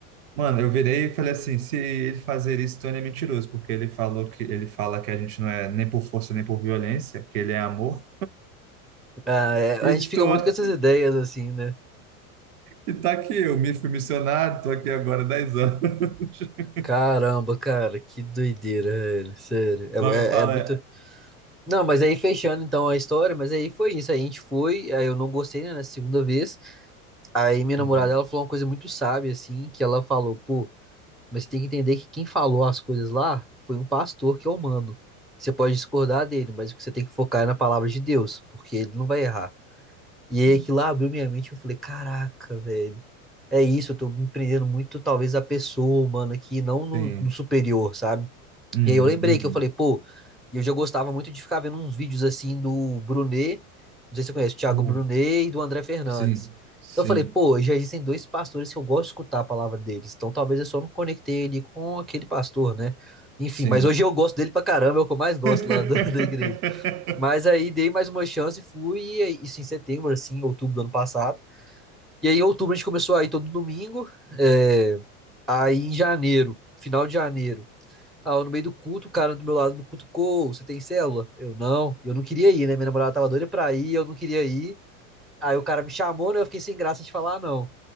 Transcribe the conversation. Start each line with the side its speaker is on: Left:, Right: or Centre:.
Right: Mano, eu virei e falei assim: se ele fazer isso, então ele é mentiroso, porque ele falou que ele fala que a gente não é nem por força nem por violência, que ele é amor.
Centre: Ah, é,
Right: E
Centre: a gente fica
Right: tô
Centre: muito com essas ideias assim, né?
Right: E tá aqui, eu me fui missionário, tô aqui agora há 10 anos. <laughs>
Centre: Caramba, cara, que doideira, velho, sério.
Right: Mas
Centre: É,
Right: eu falo,
Centre: é, é muito.
Right: é.
Centre: Não, mas aí fechando então a história, mas aí foi isso. Aí a gente foi, aí eu não gostei, né, na segunda vez. Aí minha namorada,
Right: Uhum,
Centre: ela falou uma coisa muito sábia, assim, que ela falou, pô, mas você tem que entender que quem falou as coisas lá foi um pastor que é humano. Você pode discordar dele, mas o que você tem que focar é na palavra de Deus, porque ele não vai errar. E aí
Right: uhum,
Centre: aquilo lá abriu minha mente, eu falei, caraca, velho, é isso, eu tô me prendendo muito, talvez, a pessoa humana aqui, não no
Right: sim.
Centre: no superior, sabe?
Right: Uhum,
Centre: E aí eu lembrei
Right: uhum.
Centre: que eu falei, pô, e eu já gostava muito de ficar vendo uns vídeos assim do Brunet, não sei se você conhece, o Thiago
Right: Oh,
Centre: Brunet e do André Fernandes.
Right: sim, sim,
Centre: Então eu falei, pô, já existem dois pastores que eu gosto de escutar a palavra deles, então talvez eu só não conectei ele com aquele pastor, né? Enfim,
Right: sim.
Centre: mas hoje eu gosto dele pra caramba, é o que eu mais gosto
Right: <laughs>
Centre: lá <laughs> da, da igreja. Mas aí dei mais uma chance, e fui, e aí- isso em setembro, assim, outubro do ano passado. E aí em outubro a gente começou a ir todo domingo, é, aí em janeiro, final de janeiro. Tava no meio do culto, o cara do meu lado me cutucou. Você tem célula? Eu não. Eu não queria ir, né? Minha namorada tava doida pra ir, eu não queria ir. Aí o cara me chamou, né? Eu fiquei sem graça de falar, "Ah, não.